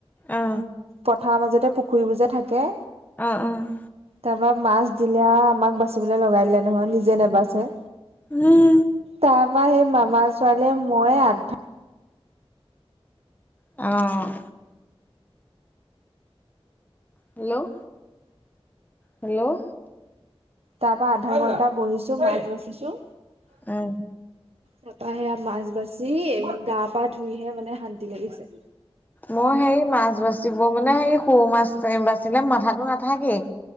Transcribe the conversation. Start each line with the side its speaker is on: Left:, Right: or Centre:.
Left: অ
Right: পথাৰৰ মাজতে পুখুৰীবোৰ যে থাকে
Left: অ'-অ'
Right: তাৰপা মাছ দিলে আৰু আমাক বাচিবলৈ লগাই দিলে নহয় নিজে নাবাচে
Left: <unintelligible>
Right: তাৰপা সেই মামা ছোৱালীয়ে ময়ে আধা
Left: অ' হেল্ল' হেল্ল'
Right: তাৰ পৰা আধা ঘন্টা বহিছোঁ মাছ বাছিছো।
Left: উম।
Right: তাৰপা সেয়া মাছ বাচি গা -পা ধুইহে মানে শান্তি লাগিছে।
Left: মই হেৰি মাছ বাচিব মানে হেৰি সৰু মাছ বাচিলে মাথাতো নাথাকেই।